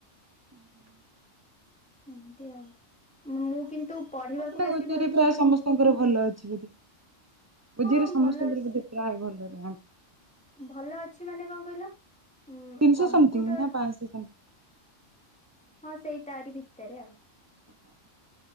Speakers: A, on the right (about 25°); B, in the centre.
A: ଓହୋ।
B: ଏମିତି ଆଉ ମୁଁ କିନ୍ତୁ ପଢିବାକୁ
A: ମତେ ଲାଗୁଛି
B: ବେଶୀ
A: ଓ ଜେ
B: ଭଲ
A: ଇ ରେ ପ୍ରାୟ
B: ପାଉଥିଲି
A: ସମସ୍ତଙ୍କର ଭଲ ଅଛି ବୋଲି।
B: ହଁ
A: ଓ ଜେ ଇ ରେ ସମସ୍ତଙ୍କର
B: ଭଲ ଅଛି
A: ବୋଧେ ପ୍ରାୟ ଭଲ ରହେ ଆ
B: ଭଲ ଅଛି ମାନେ କଣ କହିଲ ଉଁ
A: ତିନିଶହ
B: କମ୍ପ୍ୟୁଟର
A: ସମଥିଙ୍ଗ <unintelligible>
B: ହଁ ସେଇ ତାରି ଭିତରେ ଆଉ।
A: ହଁ